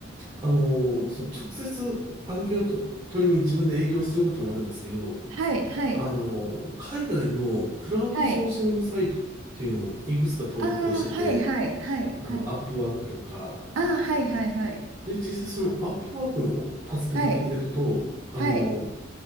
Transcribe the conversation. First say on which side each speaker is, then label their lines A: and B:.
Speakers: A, on the right (about 25°); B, on the right (about 80°).
A: あのー、その直接案件をと取りに自分で営業することもあるんですけど、
B: はい、はい。
A: あのー、海外のクラウドソーシングサイトっていうのをいくつか登録をしてて、
B: はいああ、はいはいはいはい。
A: あの、アップワークとか、
B: ああ、はいはいはい。
A: で、実際そのアップワークのタスク見ててると、
B: はい
A: あの、
B: はい